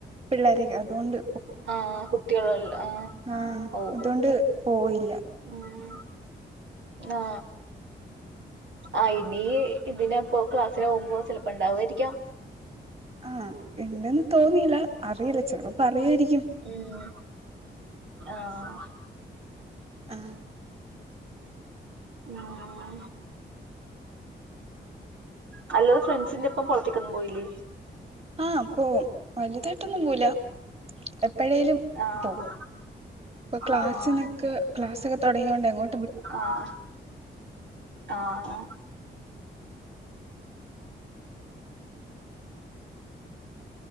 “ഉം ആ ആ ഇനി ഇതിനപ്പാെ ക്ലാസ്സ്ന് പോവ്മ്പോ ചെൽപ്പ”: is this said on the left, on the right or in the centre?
Right